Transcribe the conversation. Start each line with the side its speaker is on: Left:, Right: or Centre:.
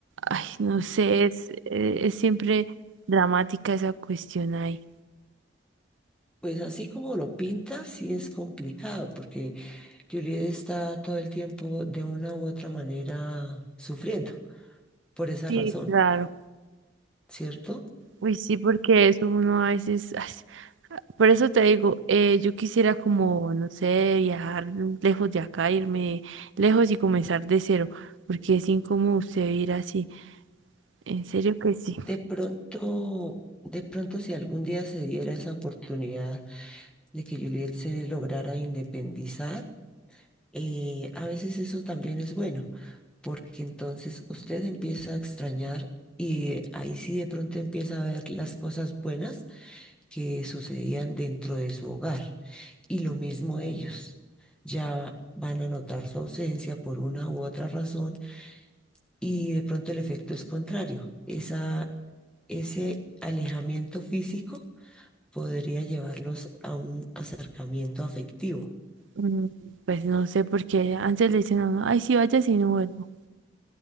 Right: ay, no sé, es, eh, es siempre dramática esa cuestión ahí.
Centre: pues así como lo pinta, sí es complicado, porque Juliet está todo el tiempo de una u otra manera sufriendo por esa
Right: Sí,
Centre: razón.
Right: claro.
Centre: ¿cierto?
Right: Uy, sí, porque eso uno a veces, ay, por eso te digo, eh, yo quisiera como, no sé, viajar lejos de acá, irme lejos y comenzar de cero, porque es incómodo usted vivir así, en serio que sí.
Centre: De pronto, de pronto si algún día se diera esa oportunidad de que Juliet se lograra independizar, eh, a veces eso también es bueno, porque entonces usted empieza a extrañar y eh, ahí sí de pronto empieza a ver las cosas buenas que sucedían dentro de su hogar. Y lo mismo ellos. Ya van a notar su ausencia por una u otra razón y de pronto el efecto es contrario. Esa, ese alejamiento físico podría llevarlos a un acercamiento afectivo.
Right: Mm, Pues no sé por qué antes le dicen a uno, ay, sí, vaya, si no vuelvo.